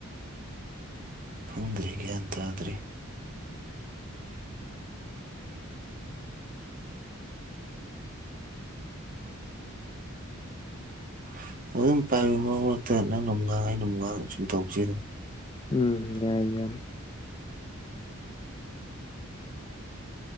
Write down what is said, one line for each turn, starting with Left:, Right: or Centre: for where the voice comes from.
Right: ꯈꯪꯗ꯭ꯔꯦ ꯒ꯭ꯌꯥꯟ ꯇꯥꯗ꯭ꯔꯤ <unintelligible> ꯃꯔꯛꯇ ꯅꯪꯅꯃꯨꯛ ꯉꯥꯡ ꯑꯩꯅ ꯃꯨꯛ‌ ꯉꯥꯡ ꯁꯨꯝ ꯇꯧꯁ‌ꯦ
Left: ꯎꯝ ꯌꯥꯏ ꯏꯌꯥꯝꯕ